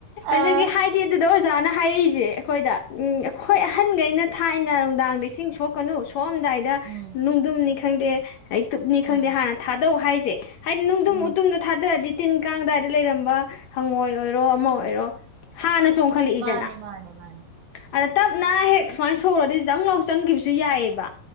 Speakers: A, on the right; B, on the left.
A: ꯑꯥ
B: ꯑꯗꯒꯤ ꯍꯥꯏꯗꯤ ꯑꯗꯨꯗ ꯑꯣꯖꯥꯅ ꯍꯥꯏꯏꯁꯦ ꯑꯈꯣꯏꯗ ꯎꯝ ꯍꯣꯏ ꯑꯍꯟꯈꯩꯅ ꯊꯥꯏꯅ ꯗꯥꯡꯗ ꯏꯁꯤꯡ ꯁꯣꯛ ꯀꯅꯨꯁ꯫ ꯊꯣꯛꯑꯝꯗꯥꯏꯗ
A: ꯎꯝ
B: ꯅꯨꯡꯗꯨꯝꯅꯤ ꯈꯪꯗꯦ꯫ ꯍꯩꯇꯨꯞꯅꯤ ꯈꯪꯗꯦ
A: ꯎꯝ
B: ꯍꯥꯟꯅ ꯊꯥꯗꯧꯎ ꯍꯥꯏꯁꯦ꯫ ꯍꯥꯏꯗꯤ ꯅꯨꯡꯗꯨꯝ
A: ꯎꯝ
B: ꯎꯇꯨꯝꯗꯣ ꯊꯥꯗꯔꯗꯤ꯫ ꯇꯤꯟ ꯀꯥꯡꯑꯗꯥꯏꯗ ꯂꯩꯔꯝꯕ ꯍꯪꯉꯣꯏ ꯑꯣꯏꯔꯣ ꯑꯃ ꯑꯣꯏꯔꯣ ꯍꯥꯟꯅ ꯆꯣꯡꯈꯠꯂꯛꯏꯗꯅ
A: ꯃꯥꯅꯦ ꯃꯥꯅꯦ ꯃꯥꯅꯦ꯫
B: ꯑꯗ ꯇꯞꯅ ꯍꯦꯛ ꯁꯨꯃꯥꯏꯅ ꯁꯣꯛꯎꯔꯗꯤ ꯖꯪ ꯂꯥꯎ ꯆꯪꯒꯤꯕꯁꯨ ꯁꯨ ꯌꯥꯏꯑꯦꯕ꯫